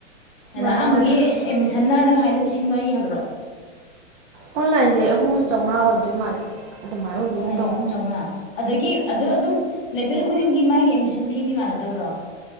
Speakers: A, on the left; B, on the right.
A: ꯑꯗ
B: ꯃꯥꯅꯦ
A: ꯑꯍꯥꯟꯕꯒꯤ
B: ꯃꯥꯅꯦ
A: ꯑꯦꯗꯃꯤꯁꯟꯟꯅ ꯅꯪ ꯍꯥꯏꯗꯅꯤꯡꯁꯤꯡ ꯂꯤꯁꯤꯡ ꯃꯔꯤ ꯍꯥꯏꯕ꯭ꯔꯣ
B: ꯑꯣꯟꯂꯥꯏꯟꯗꯤ ꯑꯍꯨꯝ ꯆꯥꯝꯃꯉꯥ ꯑꯣꯏꯔꯝꯗꯣꯏ ꯃꯥꯜꯂꯦ ꯑꯗꯨꯃꯥꯏꯅ ꯑꯣꯏꯕꯒꯨꯝ
A: ꯑꯣ ꯑꯥꯏꯅ
B: ꯇꯧꯅꯤ
A: ꯑꯍꯨꯝ ꯆꯥꯝꯃꯉꯥ ꯑꯗꯒꯤ ꯑꯗꯨ ꯑꯗꯨꯝ ꯂꯦꯕꯦꯜ ꯈꯨꯗꯤꯡꯒꯤ ꯃꯥꯒꯤ ꯑꯦꯗꯃꯤꯁꯟ ꯐꯤꯗꯤ ꯃꯥꯟꯅꯗꯕ꯭ꯔꯣ